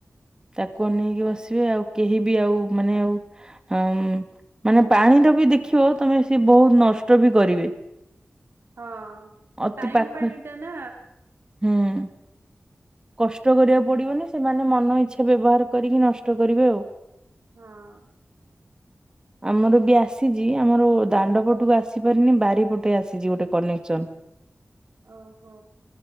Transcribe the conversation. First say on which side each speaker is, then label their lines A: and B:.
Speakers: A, on the right (about 20°); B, on the right (about 70°).
A: ତାକୁ ଅନେଇକି ବସିବେ ଆଉ କେହିବି ଆଉ ମାନେ ଆଉ ହଁମ୍ ମାନେ ପାଣିରବି ଦେଖିବ ତମେ ସେ ବହୁତ୍ ନଷ୍ଟବି କରିବେ।
B: ହଁ।
A: ଅତି
B: ଟାଇମ
A: ପାଖ
B: ପାଣି ଟା ନା
A: ହୁଁ। କଷ୍ଟ କରିବାକୁ ପଡ଼ିବନି ସେମାନେ ମନ ଇଚ୍ଛା ବ୍ୟବହାର କରିକି ନଷ୍ଟ କରିବେ ଆଉ।
B: ହଁ।
A: <inaudible> ଆମରବି ଆସିଚି ଆମର ଦାଣ୍ଡ ପଟକୁ ଆସିପାରିନି ବାରିପଟେ ଆସିଚି ଗୋଟେ କନେକ୍ସନ। <inaudible>
B: ଓହୋ।